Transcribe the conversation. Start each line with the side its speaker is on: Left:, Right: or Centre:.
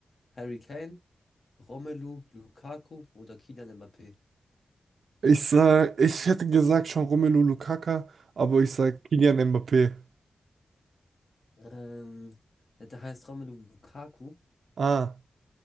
Left: Harry Kane, Romelu Lukaku oder Kylian Mbappé?
Right: Ich sag, ich hätte gesagt schon Romelu Lukaku, aber ich sag Kylian Mbappé.
Left: Ähm, ja, der heißt Romelu Lukaku
Right: Ah,